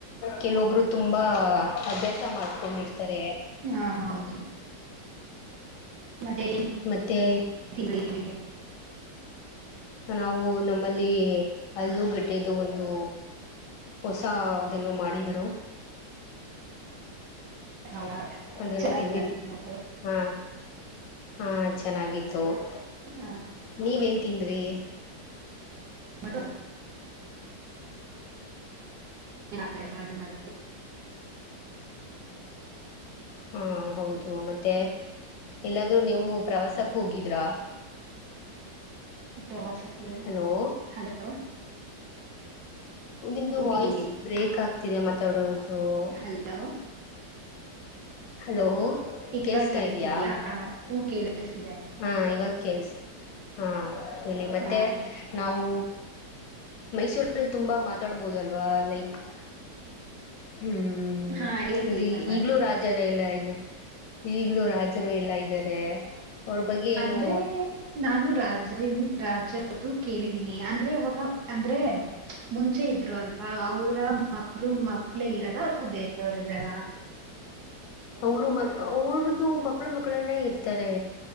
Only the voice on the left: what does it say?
ಕೆಲಒಬ್ಬರು ತುಂಬಾ ಅಭ್ಯಾಸ ಮಾಡ್ಕೊಂಡಿರ್ತಾರೆ. <inaudible>
ಮತ್ತು
ನಾವು ನಮ್ಮಲ್ಲಿ ಅಲ್ಲು ಗಡ್ಡೆದು ಒಂದು. ಹೊಸ ಅದ ಏನೋ ಮಾಡಿದರು. <inaudible>
<inaudible> ಅದನ
ತಿಂದಿವಿ.
ಹಾ ಹಾ ಚೆನ್ನಾಗಿತ್ತು. <inaudible>
ನೀವ್ ಏನ್ ತಿಂದಿರಿ. <inaudible>
ಹಾ ಹೌದು ಮತ್ತೆ ಎಲ್ಲಾದರೂ ನೀವು ಪ್ರವಾಸಕ್ಕ ಹೋಗಿದರಾ.
ಹಲೋ
ಮುಂದಿದು
ವಾಯ್ಸ್
ಬ್ರೇಕ್ ಆಗ್ತಿದೆ ಮಾತಾಡೋದು. <inaudible>
ಹಲೋ
ಕೇಳಸ್ತಾ
ಇದಿಯಾ.
<inaudible>
ಹಾ ಇವಾಗ ಕೇಳಸ್ ಹಾ ಹೇಳಿ ಮತ್ತೆ.
<inaudible> ನಾವು ಮೈಸೂರಲ್ಲಿ ತುಂಬಾ ಮಾತಾಡ ಬಹೋದು ಅಲ್ವಾ ಲೈಕ್ <inaudible> ಹ್ಮ್
ಅಲ್ಲಿ
ಇಗಲ್ಲೂ ರಾಜ ಎರಡ್ ಎರಡಲ್ಲಾ ಐದು ಈಗಲೂ ರಾಜರು ಎಲ್ಲಾ ಇದ್ದಾರೆ. ಅವ್ರ ಬಗ್ಗೆ
ಏನು
ಅವರು ಮಕ್ಕ ಅವರದ್ದು ಮಕ್ಕಳು ಮಕ್ಕಳನೇ ಇರ್ತಾರೆ